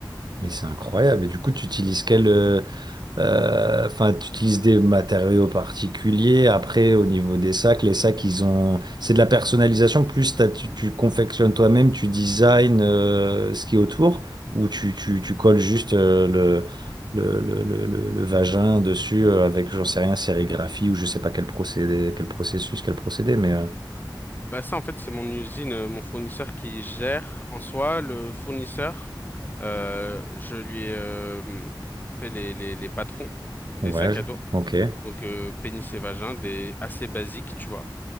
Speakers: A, on the right (about 60°); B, on the left (about 20°).
A: Mais c'est incroyable. Et du coup, tu utilises quel, euh, Euh, Enfin, tu utilises des matériaux particuliers. Après, au niveau des sacs, les sacs, ils ont, c'est de la personnalisation. Plus t'as- tu, tu confectionnes toi-même, tu designs euh, ce qui est autour, ou tu, tu, tu colles juste euh, le, le, le, le, le- le vagin dessus euh, avec, j'en sais rien, sérigraphie ou je sais pas quel procédé, quel processus, quel procédé, mais euh,
B: Bah ça, en fait, c'est mon usine, euh, mon fournisseur qui gère. En soi, le fournisseur, euh, je lui ai euh, fait les, les, les patrons des
A: ouais,
B: sacs à dos.
A: ok.
B: donc euh, pénis et vagin, des assez basiques, tu vois.